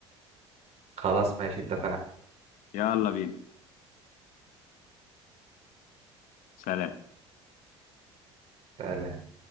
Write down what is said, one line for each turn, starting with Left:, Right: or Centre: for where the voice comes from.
Right: خلاص ماشي اتفقنا
Left: يلا بينا سلام
Right: سلام.